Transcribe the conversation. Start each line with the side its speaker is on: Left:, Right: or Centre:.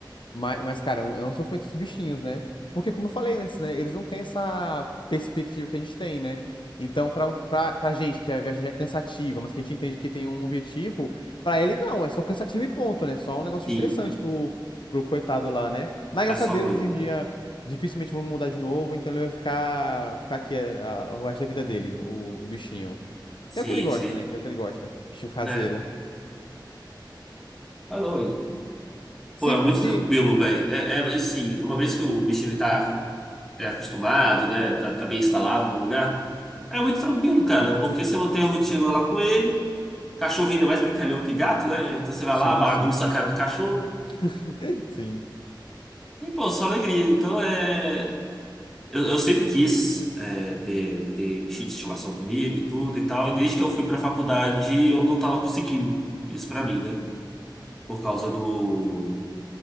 Left: Mas, mas, cara, é um é um sofrimento dos bichinhos, né? Porque, como eu falei antes, né? Eles não têm essa perspectiva que a gente tem, né? Então, pra, pra, pra gente, que a viagem já é cansativa, mas que a gente entende que tem um objetivo, pra ele não, é só cansativo e ponto, né? Só um negócio
Centre: sim,
Left: estressante pro, pro coitado lá, né? Mas,
Centre: é
Left: graças
Centre: só
Left: a Deus,
Centre: ruim.
Left: hoje em dia, dificilmente vão mudar de novo, então ele vai ficar, ficar aqui é, a- o resto da vida dele, o, o bichinho.
Centre: Sim,
Left: Que é o que ele gosta,
Centre: sim,
Left: né? Que é o que ele gosta. Bichinho caseiro.
Centre: né? falou hein?
Left: Se,
Centre: Pô, é muito
Left: se...
Centre: tranquilo, velho. É, é assim, uma vez que o bichinho tá é, acostumado, né? Tá, tá bem instalado no lugar, é muito tranquilo, cara, porque você mantém a rotina lá com ele. Cachorro ainda é mais brincalhão que gato, né? Então você vai
Left: Sim,
Centre: lá, bagunça
Left: sim.
Centre: a cara do cachorro.
Left: <laughs> Sim.
Centre: E, pô, só alegria. Então é. Eu, eu sempre quis é, ter, ter bichinho de estimação comigo e tudo e tal. E desde que eu fui pra faculdade, eu não tava conseguindo isso pra mim, né? Por causa do.